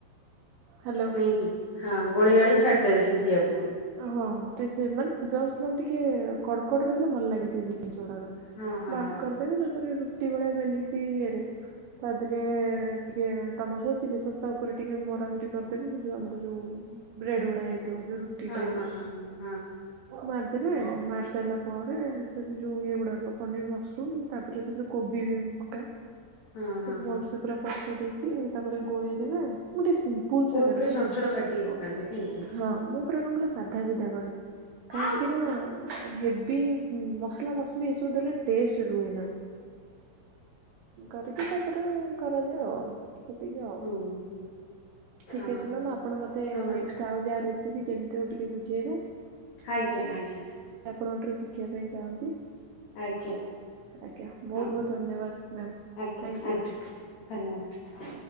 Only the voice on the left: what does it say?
ନାଇଁ କି ହଁ ଗୋଳି ଗାଳିକି
ଛାଡିଦେବେ ସେ ଝିଅ
କୁ।
ହଁ ହଁ
ହଁ
ହଁ
ହଁ
ହଁ ହଁ
ହଁ ହଁ
ହଁ
କୋବି
ପୁରା
ଛୋଟ
ଛୋଟ କାଟିକି ପକାନ୍ତି ନାଇଁ କି?
ହଁ
ହୁଁ ହୁଁ। ହଁ
ହଁ
ମ୍ୟାଡ଼ାମ।
ଆଜ୍ଞା ଆଜ୍ଞା।
ଆଜ୍ଞା
ହଁ
ଆଜ୍ଞା
ଆଜ୍ଞା। ଧନ୍ୟବାଦ।